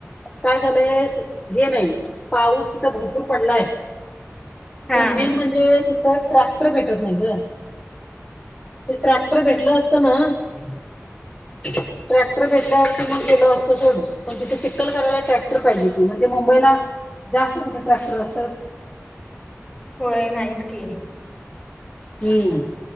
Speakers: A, on the left; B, in the centre.
A: काय झालंय हे नाही पाऊस तिथं भरपूर पडलाय
B: हा
A: पण मेन म्हणजे तिथं ट्रॅक्टर भेटत नाही ग ते ट्रॅक्टर भेटलं असतं ना
B: हम्
A: ट्रॅक्टर भेटल्यावर क म्हण केल असतो सड पण तिथे चित्तल करायला ट्रॅक्टर पाहिजे की मग ते मुंबईला जास्त कुठे ट्रॅक्टर असतात
B: होय नाहीच की
A: हम्म